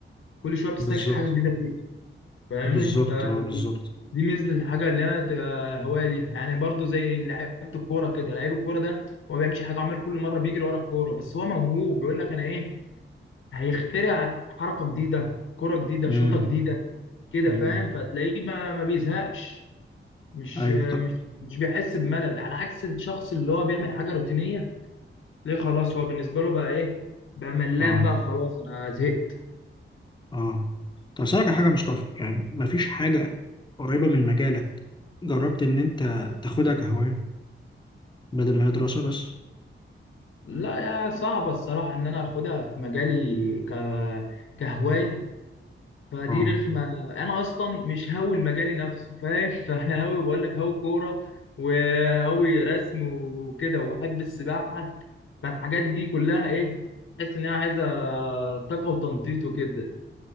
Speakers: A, on the left (about 80°); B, on the left (about 20°).
A: كل شويه بتستكشف
B: بالظبط
A: حاجه جديده فيها فاهمني
B: بالظبط
A: فدي
B: اه بالظبط
A: دي ميزه الحاجه اللي هي تبقى هوايه ليها يعني برضو زي لعيبه الكوره كده لعيب الكوره ده هو ما بيعملش حاجه عمال كل مره بيجري ورا الكوره بس هو موهوب بيقول لك انا ايه هيخترع حركه جديده كوره جديده
B: امم
A: شوطه جديده كده
B: امم
A: فاهم فتلاقيه ما, ما بيزهقش مش
B: ايوه
A: مش
B: طب
A: مش بيحس بملل على عكس الشخص اللي هو بيعمل حاجه روتينيه ليه خلاص هو بالنسبه له بقى ايه بقى ملان
B: اه
A: بقى خلاص انا زهقت
B: اه طب اسالك على حاجه يا مصطفى يعني مفيش حاجه قريبه من مجالك جربت ان انت تاخدها كهوايه بدل ما هي دراسه بس
A: لا يا صعبة الصراحة إن أنا آخدها في مجالي ك... كهواية فدي
B: اه
A: رخمة أنا أصلا مش هاوي المجالي نفسه فاهم <laughs> فأنا هاوي بقول لك هاوي كورة وهاوي رسم وكده وبحب السباحة فالحاجات دي كلها إيه تحس إن هي عايزة طاقة وتنطيط وكده